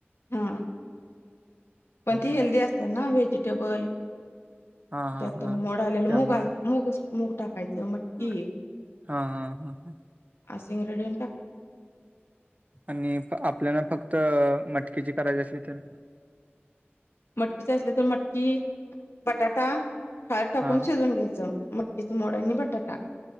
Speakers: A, on the left; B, on the right.
A: हा पण ती
B: हा
A: हेल्दी असतात ना व्हेजिटेबल.
B: हा हा.
A: तो
B: हा
A: मोड आलेलं
B: त्यामुळे
A: मूग अ मूगच मुग टाक. नाय तर मटकी
B: हा
A: घे
B: हा हा ह
A: आसिंग रंडीग टाक.
B: आणि अ आपल्याला फक्त अ मटकेची करायची असली तर.
A: मटकीचं असलं तर मटकी बटाटा हळद टाकून
B: हा
A: शिजवून घ्यायचं. मटकीच मोड आणि बटाटा.